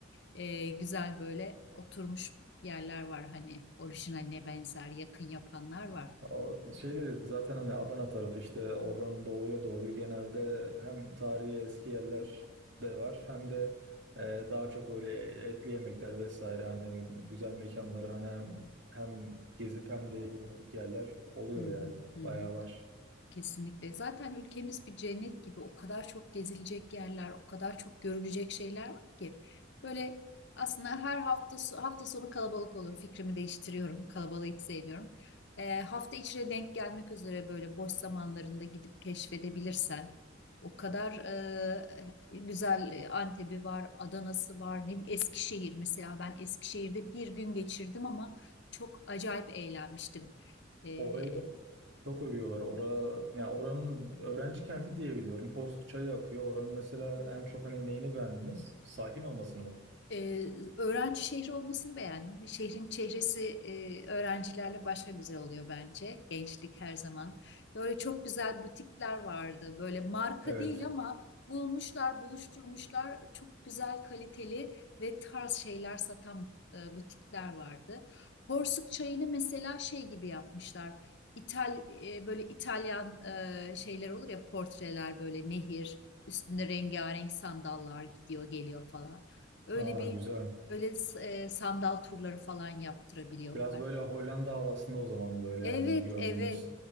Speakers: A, on the left; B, on the right.
A: e, güzel böyle oturmuş yerler var. Hani orijinaline benzer yakın yapanlar var.
B: O şeyde zaten hani Adana tarafı işte oradan doğuya doğru genelde hem tarihi eski yerler de var hem de e, daha çok böyle etli yemekler vesaire hani güzel mekanlar hani hem, hem gezip hem de yemek yerler oluyor
A: Hı hı,
B: yani
A: hı
B: bayağı
A: hı.
B: var.
A: Kesinlikle. Zaten ülkemiz bir cennet gibi. O kadar çok gezilecek yerler, o kadar çok görülecek şeyler var ki. Böyle aslında her hafta so- hafta sonu kalabalık olur. Fikrimi değiştiriyorum. Kalabalığı hiç sevmiyorum. Ee, hafta içine denk gelmek üzere böyle boş zamanlarında gidip keşfedebilirsen. O kadar e, güzel e, Antep'i var, Adana'sı var, ne bileyim Eskişehir mesela. Ben Eskişehir'de bir gün geçirdim ama çok acayip eğlenmiştim. Ee,
B: Orayı da çok övüyorlar. Ora, yani oranın öğrenci kenti diye biliyorum. Porsuk çayı akıyor. Oranın mesela en çok hani neyini beğendiniz? Sakin olmasını mı?
A: Ee, öğrenci şehri olmasını beğendim. Şehrin çehresi e, öğrencilerle başka güzel oluyor bence. Gençlik her zaman. Böyle çok güzel butikler vardı. Böyle marka
B: Evet.
A: değil ama bulmuşlar, buluşturmuşlar. Çok güzel, kaliteli ve tarz şeyler satan e, butikler vardı. Porsuk çayını mesela şey gibi yapmışlar. İtal e, böyle İtalyan e, şeyler olur ya portreler böyle nehir üstünde rengarenk sandallar gidiyor geliyor falan. Öyle
B: Aa
A: bir
B: güzel.
A: öyle s- e, sandal turları falan yaptırabiliyorlar.
B: Biraz böyle Hollanda havasında o zaman böyle
A: Evet,
B: hani gördüğümüz.
A: evet.